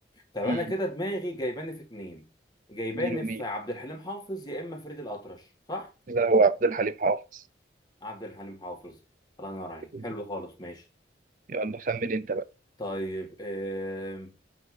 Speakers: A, on the left; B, on the right.
A: طب أنا
B: مم.
A: كده دماغي جايباني في اتنين جايباني
B: مين ومين
A: في عبد الحليم حافظ يا إما فريد الأطرش صح؟
B: لا هو عبد الحليم حافظ
A: عبد الحليم حافظ الله ينور عليك
B: مم.
A: حلو خالص ماشي
B: يلا خمن انت بقى
A: طيب آه...